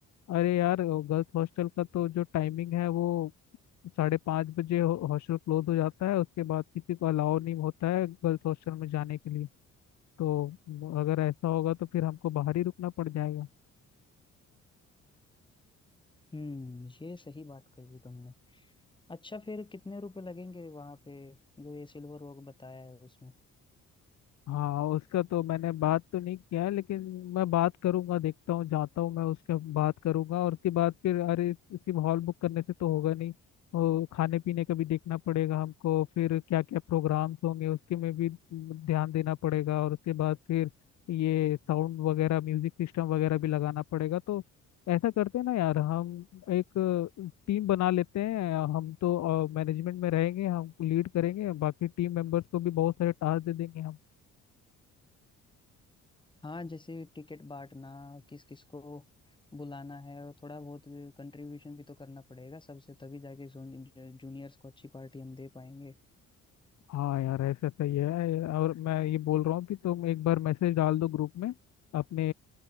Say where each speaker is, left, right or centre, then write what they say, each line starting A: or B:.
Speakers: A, on the left; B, on the left.
A: अरे यार गर्ल्स हॉस्टल का तो जो टाइमिंग है वो साढ़े पाँच बजे हो- हॉस्टल क्लोज हो जाता है उसके बाद किसी को अलाउ नहीं होता है गर्ल्स हॉस्टल में जाने के लिए तो अगर ऐसा होगा तो फिर हमको बाहर ही रुकना पड़ जाएगा
B: हम्म ये सही बात कही तुमने अच्छा फिर कितने रुपए लगेंगे वहां पे जो ये सिल्वर रॉक बताया है उसमें
A: हाँ उसका तो मैंने बात तो नहीं किया है लेकिन मैं बात करूंगा देखता हूँ जाता हूँ मैं उसका बात करूंगा और उसके बाद फिर अरे उसकी हॉल बुक करने से तो होगा नहीं और खाने पीने का भी देखना पड़ेगा हमको फिर क्या क्या प्रोग्राम्स होंगे उसके में भी ध्यान देना पड़ेगा और उसके बाद फिर ये साउंड वगैरह म्यूजिक सिस्टम वगैरह भी लगाना पड़ेगा तो ऐसा करते हैं ना यार हम एक टीम बना लेते हैं हम तो मैनेजमेंट में रहेंगे हम लीड करेंगे बाकी टीम मेंबर्स को भी बहुत सारे टास्क दे देंगे
B: हाँ जैसे टिकट बांटना किस किस को बुलाना है और थोड़ा बहुत कंट्रीब्यूशन भी तो करना पड़ेगा सबसे तभी जाके जूनियर्स को अच्छी पार्टी हम दे पाएंगे
A: हाँ यार ऐसा सही है और मैं ये बोल रहा हूँ कि तुम एक बार मैसेज डाल दो ग्रुप में अपने